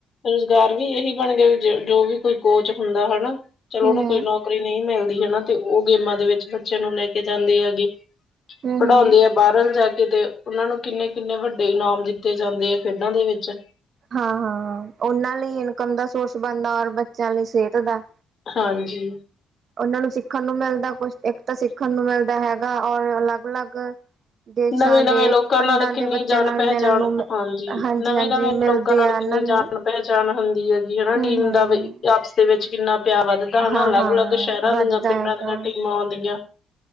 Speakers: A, on the left; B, on the right.
A: ਰੁਜ਼ਗਾਰ ਵੀ ਇਹੀ ਬਣ ਗਿਆ ਵੀ ਜੋ ਵੀ ਕੋਈ ਕੋਚ ਹੁੰਦਾ ਹਨਾ ਚਲੋ
B: ਹੂੰ
A: ਉਹਨੂੰ
B: ਹੂੰ
A: ਕੋਈ ਨੌਕ ਨੌਕਰੀ ਨਹੀਂ ਮਿਲਦੀ ਹਨਾ ਤੇ ਉਹ ਗੇਮਾਂ ਦੇ ਵਿੱਚ ਬੱਚਿਆਂ ਨੂੰ ਲੈ ਕੇ ਜਾਂਦੇ ਆ ਅਗੇ
B: ਹੂੰ
A: ਪੜ੍ਹਾਉਂਦੇ
B: ਹੂੰ
A: ਆ ਬਾਹਰਲ ਜਾ ਕੇ ਤੇ ਉਹਨਾਂ ਨੂੰ ਕਿੰਨੇ- ਕਿੰਨੇ ਵੱਡੇ ਇਨਾਮ ਦਿੱਤੇ ਜਾਂਦੇ ਆ ਖੇਡਾਂ ਦੇ ਵਿੱਚ
B: ਹਾਂ-ਹਾਂ-ਹਾ ਉਹਨਾਂ ਲਈ ਇਨਕਮ ਦਾ ਸੋਰਸ ਬਣਦਾ ਔਰ ਬੱਚਿਆਂ ਲਈ ਸਿਹਤ ਦਾ।
A: ਹਾਂਜੀ।
B: ਉਹਨਾਂ ਨੂੰ ਸਿੱਖਣ ਨੂੰ ਮਿਲਦਾ ਕੁਛ ਇੱਕ ਤਾਂ ਸਿੱਖਣ ਨੂੰ ਮਿਲਦਾ ਹੈਗਾ ਔਰ ਅਲੱਗ-ਅਲੱਗ ਦੇਸ਼ਾਂ
A: ਨਵੇਂ-ਨਵੇਂ
B: ਦੇ
A: ਲੋਕਾਂ
B: ਪਿੰਡਾਂ
A: ਨਾਲ
B: ਦੇ
A: ਕਿੰਨੀ
B: ਬੱਚਿਆਂ
A: ਜਾਣ-ਪਹਿਚਾਣ
B: ਨਾਲ ਮਿਲਣ ਨੂੰ
A: ਹਾਂਜੀ।
B: ਹਾਂਜੀ-ਹਾਂਜੀ
A: ਨਵੇਂ-ਨਵੇਂ
B: ਮਿਲਦੇ
A: ਲੋਕਾਂ ਨਾਲ
B: ਆ ਇਹਨਾਂ
A: ਕਿੰਨੀ
B: ਦੇ
A: ਜਾਣ
B: ਨਾ
A: ਪਹਿਚਾਣ ਹੁੰਦੀ ਹੈਗੀ ਹਨਾ
B: ਹੂੰ-ਹੂੰ
A: ਟੀਮ ਦਾ ਆਪਸ ਦੇ ਵਿੱਚ ਕਿੰਨਾ ਪਿਆਰ ਜਿੱਦਾਂ ਦਾ
B: ਹਾਂ-ਹਾਂ
A: ਅਲੱਗ-ਅਲੱਗ ਸ਼ਹਿਰਾਂ
B: ਵੱਧਦਾ
A: ਦੀਆਂ, ਪਿੰਡਾਂ
B: ਹੈਗਾ
A: ਦੀਆਂ ਟੀਮਾਂ ਆਉਂਦੀਆਂ।